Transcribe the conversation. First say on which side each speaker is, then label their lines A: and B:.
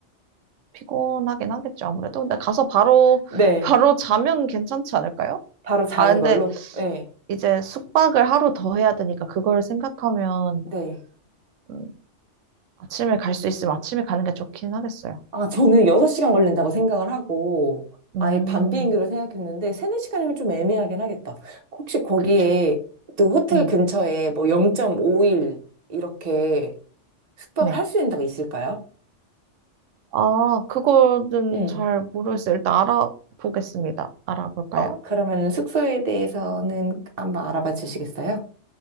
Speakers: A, on the right; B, on the right.
A: 피곤하긴 하겠죠, 아무래도. 근데 가서 바로,
B: 네.
A: <laughs> 바로 자면 괜찮지 않을까요?
B: 바로 자는
A: 아, 근데
B: 걸로? 네.
A: 이제 숙박을 하루 더 해야 되니까 그걸 생각하면
B: 네.
A: 음, 아침에 갈 수 있으면 아침에 가는 게 좋긴 하겠어요.
B: 아, 저는 6시간 걸린다고 생각을 하고,
A: 음,
B: 아예 밤 비행기로 생각했는데, 3, 4시간이면 좀 애매하긴 하겠다. 혹시 거기에,
A: 그쵸.
B: 또 호텔
A: 네,
B: 근처에 뭐 0.5일 이렇게 숙박을
A: 네.
B: 할 수 있는 데가 있을까요?
A: 아, 그거는
B: 응.
A: 잘 모르겠어요. 일단 알아보겠습니다. 알아볼까요?
B: 어, 그러면 숙소에 대해서는 한번 알아봐 주시겠어요?